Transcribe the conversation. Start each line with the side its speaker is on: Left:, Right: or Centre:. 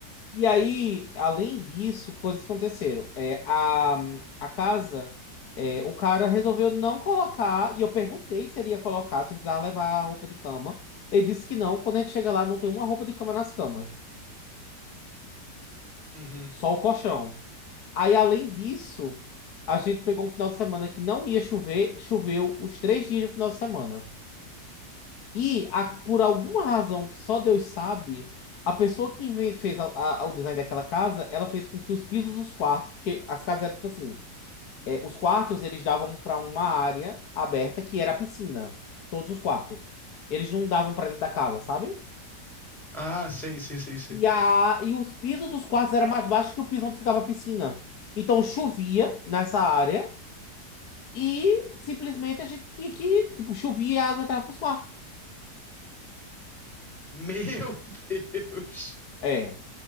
Left: E aí, além disso, que coisas que aconteceram. É, a, a casa, é, o cara resolveu não colocar, e eu perguntei se ele ia colocar, se precisava levar a roupa de cama. Ele disse que não, quando a gente chega lá, não tem uma roupa de cama nas camas,
Centre: Uhum.
Left: só o colchão. Aí, além disso, a gente pegou um final de semana que não ia chover, choveu os três dias do final de semana. E a- por alguma razão que só Deus sabe, a pessoa que inve- fez a- a- o design daquela casa, ela fez com que os pisos dos quartos, porque as casas eram tipo assim, é, os quartos eles davam para uma área aberta que era a piscina, todos os quartos. Eles não davam para dentro da casa, sabe?
Centre: Ah, sei, sei, sei, sei.
Left: E, a, e os pisos dos quartos eram mais baixos que o piso onde ficava a piscina. Então chovia nessa área e simplesmente a gente tinha que, tipo, chovia e a água entrava pros quartos.
Centre: Meu Deus.
Left: É.